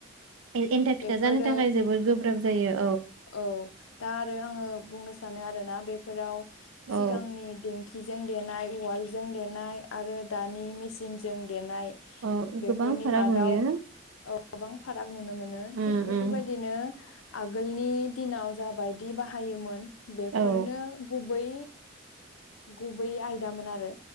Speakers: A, on the right; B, on the left.
A: एन्था
B: बेफोरो
A: फिथा जानो थाखाय जोबोद गोब्राब गोब्राब जायो
B: औ दा आरो आङो बुंनो सानो आरोना बे- फोराव सिगांनि
A: औ
B: खिजों देनाय उवालजों देनाय आरो दानि मेसिनजों देनाय
A: औ
B: बेफोरनि
A: गोबां फाराग
B: मादाव
A: नुयो
B: गोबां फाराग नुनो मोनो
A: उम
B: थिग बेफोरबायदिनो
A: उम
B: आगोल- नि दिनाव जाबायदि बाहायोमोन बेफोरनो
A: औ
B: गुबै गुबै आयदामोन आरो